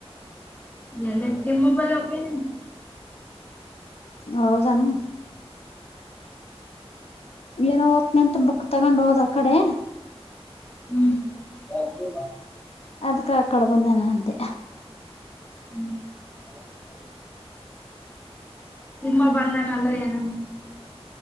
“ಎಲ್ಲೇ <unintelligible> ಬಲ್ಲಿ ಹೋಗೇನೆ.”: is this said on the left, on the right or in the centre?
Left